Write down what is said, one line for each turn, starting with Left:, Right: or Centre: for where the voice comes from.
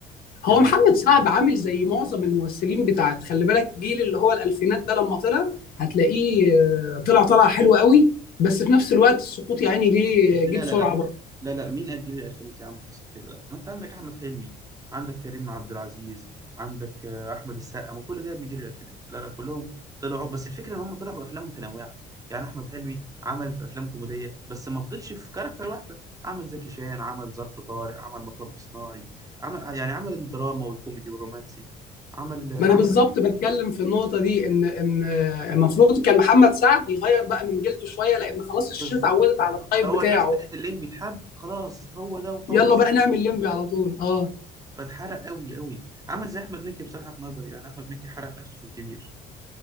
Left: هو
Right: يعني
Left: محمد سعد عامل زي معظم الممثلين بتاعت خلي بالك جيل اللي هو الألفينات ده لما طلع هتلاقيه آه، طلع طلع حلو قوي بس في نفس الوقت السقوط يعني جه
Right: بس
Left: جه
Right: لا
Left: بسرعة
Right: لا لا
Left: برضه
Right: لا لا مين قد جيل الألفينات يا عم حصل كده لا ما أنت عندك أحمد حلمي عندك كريم عبد العزيز عندك آه، أحمد السقا ما كل ده بيجري الألفينات لا لا كلهم طلعوا بس الفكرة إن هم طلعوا بأفلام متنوعة يعني أحمد حلمي عمل في أفلام كوميدية بس ما فضلش في كاركتر واحدة عمل زكي شان عمل ظرف طارق عمل مطب صناعي عمل يعني عمل الدراما والكوميدي والرومانسي عمل آه،
Left: ما انا
Right: عمل
Left: بالظبط بتكلم في النقطة دي ان ان آه، المفروض كان محمد سعد يغير بقى من جلده شوية لان خلاص الشاشة
Right: بالظبط
Left: اتعودت على الطيب
Right: هو
Left: بتاعه
Right: الناس لقت اللين بيتحب خلاص هو ده وحطه
Left: يلا
Right: فيه
Left: بقى نعمل لمبي على طول اه
Right: فاتحرق قوي قوي عمل زي احمد مكي بصراحه في نظري يعني احمد مكي حرق نفسه في الكبير